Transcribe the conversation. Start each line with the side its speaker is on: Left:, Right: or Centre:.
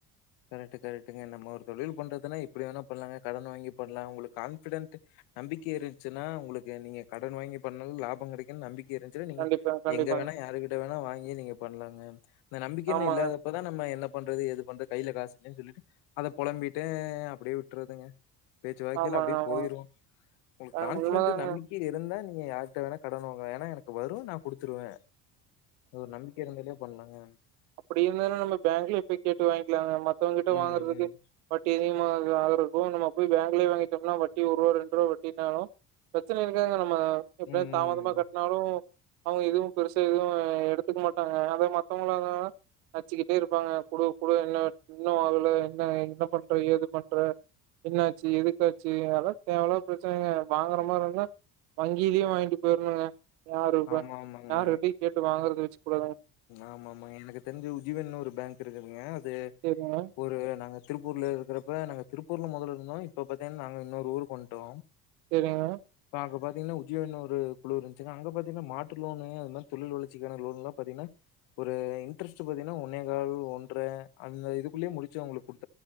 Left: கரெக்ட்டு கரெக்ட்டுங்க நம்ம தொழில் பண்றதுன்னா எப்டி வேணா பண்லாங்க கடன் வாங்கி பண்லா உங்களுக்கு கான்ஃபிடெட் நம்பிக்க இருந்துச்சுன்னா உங்களுக்கு நீங்க கடன் வாங்கி பண்ணாலு லாப கெடைக்குன்னு நம்பிக் இருந்துச்சுனா நீங்க
Right: கண்டிப்பா கண்டிப்பாங்க
Left: எங்க வேணா யாருகிட்ட வேணா வாங்கி நீங்க பண்லாங்க அந்த நம்பிக்கைன்னு
Right: ஆமாங்க
Left: இல்லாத அப்பதா நம்ம என்ன பண்றது ஏது பண்றது கைய்ல காசு இல்லன்னு சொல்லிட்டு அத பொழம்பிட்டே அப்டியே விட்டறதுங்க பேச்சு வாக்கையில
Right: ஆமாங்க
Left: அப்டியே
Right: ஆமாங்க
Left: போயிரு உங்களுக்கு
Right: அ
Left: கான்பிடென்ட்
Right: உண்மதாங்க
Left: நம்பி இருந்தா நீங்க யாட்ட வேணா கடன் வாங்களா ஏன்னா எனக்கு வரு நா குடுத்துருவே ஒரு நம்பிக்க இருந்தாலயே பண்ணலாங்க
Right: அப்டி இருந்தா நம்ம பேங்க்லே போய் கேட்டு வாங்கிக்கலாங்க மத்தவங்க கிட்ட கேட்டு
Left: ம்,
Right: வாங்கறதுக்கு
Left: ம்.
Right: வட்டி அதிகமா ஆகருக்கு நம்ம போய் பேங்க்லயே வாங்கிட்டோம்னா வட்டி ஒர் ரூவா ரெண்டு ரூவா வட்டினாலு பிரச்சன இருக்காதுங்க நம்ம எப்டியா
Left: ம்,
Right: தாமதமா
Left: ம்.
Right: கட்டுனாலு அவங்க எதுவு பெருசா எதுவு எடுத்துக்க மாட்டாங்க அத மத்தவங்களா இருந்தாங்கன்னா நச்சுக்கிட்டே இருப்பாங்க குடு குடு என்ன இன்னு வர்ல என்ன என்ன பண்ற ஏது பண்ற என்னாச்சு எதுக்காச்சு அதெல்லா தேவ இல்லாத பிரச்சனைங்க வாங்குற மாரி இருந்தா வங்கியிலயு வாங்கிட்டு போயிருணுங்க யாரு
Left: ஆமா, ஆமாங்க.
Right: யாரு கிட்டயு கேட்டு வாங்கறது வெச்சுக்க கூடாதுங்க
Left: ஆமா ஆமா எனக்கு தெரிஞ்ச உஜிவன்னனு ஒரு பேங்க் இருக்குதுங்க அது
Right: சேரிங்க
Left: ஒரு நாங்க திருப்பூர்ல இருக்கிறப்ப நாங்க திருப்பூர்ல மொதல்ல இருந்தோ இப்ப பாத்தீங்கன்னா நாங்க இன்னொரு ஊருக்கு வண்ட்டோ
Right: சேரிங்க
Left: இப்ப அங்க பாத்தீங்கன்னா உஜ்ஜிவன்னு ஒரு குழு இருந்துச்சுங்க அங்க பாத் பாத்தீங்கன்னா மாட்டு லோனு அது மாரி தொழில் வளச்சிக்கான லோன்லல்ல பாத்தீங்கன்னா ஒரு இன்ட்ரெஸ்ட் பாத்தீங்கன்னா ஒன்னேகால் ஒன்ற அந்த இதுக்குள்ளயே முடிச்சு அவங்களுக்கு குடு